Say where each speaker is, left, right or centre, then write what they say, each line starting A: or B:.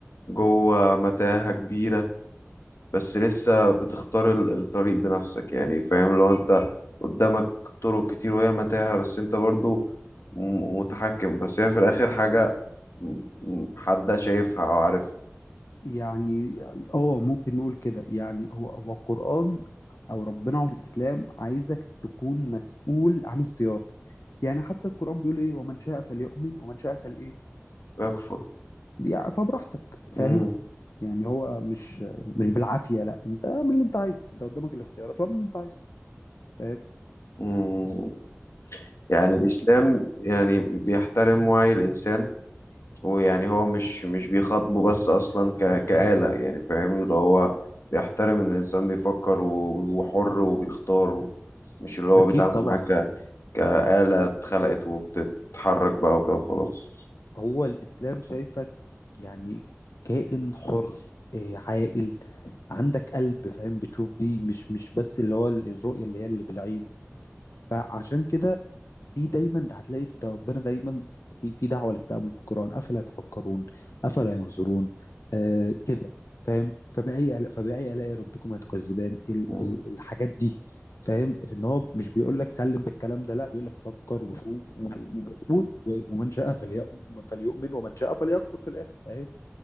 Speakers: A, on the left (about 65°); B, on the left (about 80°).
A: جوه متاهة كبيرة بس لسه بتختار ال- الطريق بنفسك يعني فاهم لو أنت قدامك طرق كتير وهي متاهة بس أنت برضو م- متحكم بس هي في الآخر حاجة م- م- حد شايفها أو عارفها
B: يعني اه ممكن نقول كده يعني هو هو القرآن او ربنا والاسلام عايزك تكون مسؤول عن اختيارك يعني حتى القرآن بيقول ايه ومن شاء فليؤمن ومن شاء فلإيه
A: يكفر
B: بيع- فبراحتك فاهم
A: مم.
B: يعني هو مش مش بالعافية لا انت اعمل اللي انت عايزه انت قدامك الاختيارات واعمل اللي انت عايزه فاهم
A: مم. يعني الإسلام يعني بيحترم وعي الإنسان ويعني هو مش مش بيخاطبه بس أصلا ك... كآلة يعني فاهم اللي هو بيحترم إن الإنسان بيفكر و... وحر وبيختار و... مش اللي هو
B: أكيد
A: بيتعامل
B: طبعا
A: معاه ك... كآلة اتخلقت وبتتحرك بقى وكده خلاص
B: هو الإسلام شايفك يعني كائن حر إيه، عاقل عندك قلب فاهم بتشوف بيه مش مش بس اللي هو الرؤية اللي هي اللي بالعين فعشان كده في دايما ده هتلاقي في ده ربنا دايما في في دعوة للتأمل في القرآن أفلا تفكرون أفلا ينظرون آه كده فاهم فبأي آلاء- فبأي آلاء ربكما تكذبان ال
A: مم.
B: ال الحاجات دي فاهم في ان هو مش بيقول لك سلم بالكلام ده لا بيقول لك فكر وشوف و- و- و- و- ومن شاء فليؤمن فليؤمن ومن شاء فليكفر في الآخر فاهم